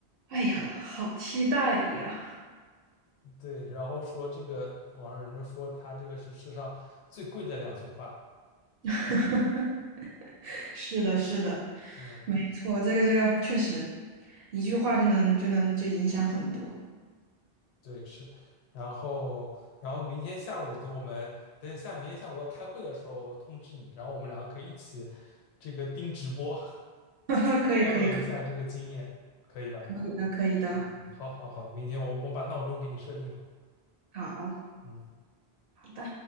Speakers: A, on the right; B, on the left.
A: 哎呀，好期待呀！
B: 对，然后说这个网上人就说他这个是世上最贵的两句话，
A: <laughs> 是的，是的，
B: 嗯，
A: 没错，这个这个确实，一句话就能就能就影响很多。
B: 对是，然后然后明天下午等我们等下明天下午要开会的时候我通知你，然后我们两个可以一起这个盯直播
A: <laughs> 可以，
B: 交流一下这个经验，
A: 可以，可
B: 可以吧？
A: 以的，可以的，
B: 嗯，好好好，明天我我们把闹钟给你设定好，
A: 好，
B: 嗯。
A: 好的。